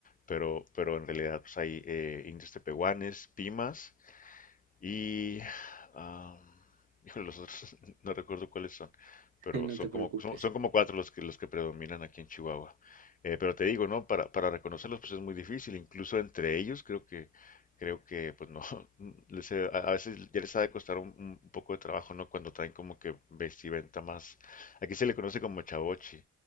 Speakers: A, on the left (about 30°); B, on the right (about 85°).
A: pero, pero en realidad pues, hay eh, indios tepehuanes, pimas, y, ah, híjole, los otros <laughs> no recuerdo cuáles son,
B: <laughs>
A: pero
B: no
A: son
B: te preocupes.
A: como, son, son como cuatro los que, los que predominan aquí en Chihuahua. Eh, pero te digo, ¿no? Para, para reconocerlos pues es muy difícil, incluso entre ellos creo que, creo que pues no, <laughs> les, he- a, a veces ya les ha de costar un, un poco de trabajo, ¿no? Cuando traen como que vestimenta más, aquí se le conoce como chavochi,